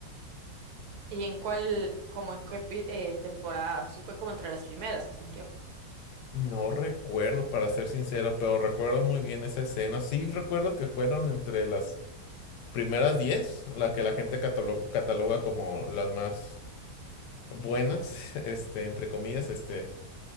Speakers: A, on the right; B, on the left.
A: ¿Y en cuál, como en qué epi- eh, temporada? Si fue como entre las primeras que se murió.
B: No recuerdo, para ser sincero, pero recuerdo muy bien esa escena. Sí recuerdo que fueron entre las primeras 10 las que la gente catalo- cataloga como las más buenas, <laughs> este, entre comillas, este.